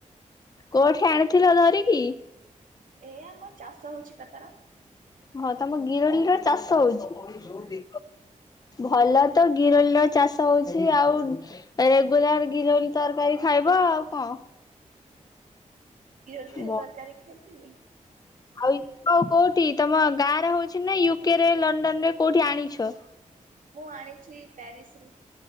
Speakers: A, on the left; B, on the right.
A: କୋଉଠି ଆଣିଥିଲ ଧରିକି?
B: ଏ ଆମ ଚାଷ ହଉଛି ପା ତାର।
A: ହଁ ତମ ଗିରୋଲି ର ଚାଷ ହଉଛି।
B: ହୁଁ
A: ଭଲ ତ ଗିରୋଲ୍ ର ଚାଷ ହଉଛି ଆଉ ରେଗୁଲାର ଗିରୋନୀ ତରକାରୀ ଖାଇବ ଆଉ କଣ?
B: ଗିରଳି
A: ବ
B: ତରକାରୀ ଖାଇଥିଲି
A: ଆଉ ଇଣ୍ଟୋ କୋଉଠି ତମ ଗାଁ ରେ ହଉଛି ନା ୟୁକେ ରେ ଲଣ୍ଡନ ରେ କୋଉଠି ଆଣିଛ?
B: ମୁଁ ଆଣିଛି ପ୍ୟାରିସ ରୁ।